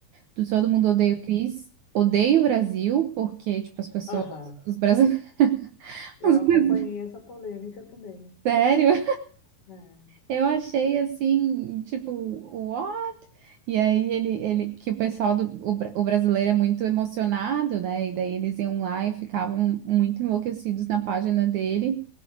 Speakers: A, on the right; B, on the left.
A: do Todo Mundo Odeia
B: né?
A: o Chris odeia o Brasil, porque, tipo, as pessoas,
B: Aham.
A: os brasileiros, <laughs>
B: Eu acompanhei essa polêmica também.
A: sério,
B: né?
A: Eu achei assim, tipo, what? E aí ele, ele que o pessoal do o, bra- o brasileiro é muito emocionado, né? E daí eles iam lá e ficavam muito enlouquecidos na página dele.